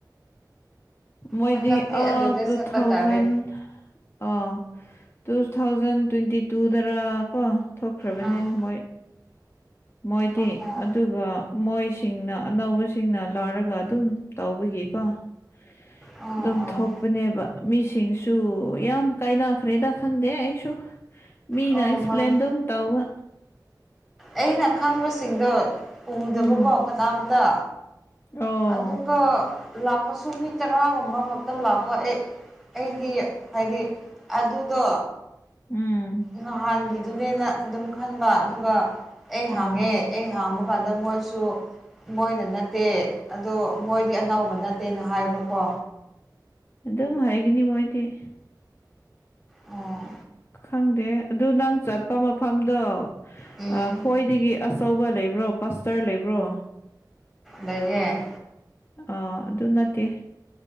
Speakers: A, on the left; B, in the centre.
A: ꯃꯣꯏꯗꯤ
B: ꯍꯟꯗꯛꯇꯤ
A: ꯑ
B: ꯑꯗꯨꯗ
A: ꯇꯨ
B: ꯆꯠꯄ
A: ꯊꯥꯎꯖꯟ
B: ꯇꯥꯔꯦ
A: ꯑꯣ ꯇꯨ ꯊꯥꯎꯖꯟ ꯇ꯭ꯋꯦꯟꯇꯤ ꯇꯨ ꯗꯔꯥ ꯀꯣ ꯊꯣꯛ ꯈ꯭ꯔꯕꯅꯦ
B: ꯑꯥ
A: ꯃꯣꯏ ꯃꯣꯏꯗꯤ
B: ꯑꯣ ꯑꯣ
A: ꯑꯗꯨꯒ ꯃꯣꯏꯁꯤꯡꯅ ꯑꯅꯧꯕꯁꯤꯡꯅ ꯂ‌ꯣꯏꯔꯒ ꯑꯗꯨꯝ ꯇꯧꯕꯒꯤꯀꯣ ꯍ <unintelligible>
B: ꯑꯣ
A: ꯑꯗꯨꯝ
B: ꯑꯣ
A: ꯊꯣꯛꯄꯅꯦꯕ ꯃꯤꯁꯤꯡꯁꯨ ꯌꯥꯝ ꯀꯥꯏꯅꯈ꯭ꯔꯦꯗ ꯈꯪꯗꯦ ꯑꯩꯁꯨ ꯃꯤꯅ
B: ꯑꯣ
A: ꯑꯦꯛꯁꯄ꯭ꯂꯟ
B: ꯃꯥꯅꯦ
A: ꯑꯗꯨꯝ ꯇꯧꯕ
B: ꯑꯩꯅ ꯈꯪꯕꯁꯤꯡꯗꯣ ꯎꯗꯕꯀꯣ
A: ꯎꯝ
B: ꯀꯅꯥꯝꯇ
A: ꯑꯣ
B: ꯑꯗꯨꯒ ꯂꯥꯛꯄꯁꯨ ꯃꯤ ꯇꯔꯥꯒꯨꯝꯕ ꯈꯛꯇꯥ ꯂꯥꯛꯄ ꯑꯩ ꯑꯩꯗꯤ ꯍꯥꯏꯗꯤ ꯑꯗꯨꯗꯣ
A: ꯎꯝ
B: ꯉꯍꯥꯟꯒꯤꯗꯨꯅꯦꯅ ꯑꯗꯨꯝ ꯈꯟꯕ ꯑꯗꯨꯒ ꯑꯩ
A: ꯑꯣ
B: ꯍꯥꯡꯉꯦ ꯑꯩ ꯍꯥꯡꯕ ꯀꯥꯟꯗ ꯃꯣꯏꯁꯨ ꯃꯣꯏꯅ ꯅꯠꯇꯦ ꯑꯗꯣ ꯃꯣꯏꯗꯤ ꯑꯅꯧꯕ ꯅꯠꯇꯦꯅ ꯍꯥꯏꯕꯀꯣ
A: ꯑꯗꯨꯝ ꯍꯥꯏꯒꯅꯤ ꯃꯣꯏꯗꯤ
B: ꯑꯣ
A: ꯈꯪꯗꯦ ꯑꯗꯨ ꯅꯪ ꯆꯠꯄ ꯃꯐꯝꯗꫭ
B: ꯎꯝ
A: ꯑꯥ ꯈꯣꯏ ꯗꯒꯤ ꯑꯆꯧꯕ ꯂꯩꯕ꯭ꯔꯣ ꯄꯥꯁꯇꯔ ꯂꯩꯕ꯭ꯔꯣ
B: ꯂꯩꯌꯦ
A: ꯑ ꯑꯗꯨ ꯅꯠꯇꯦ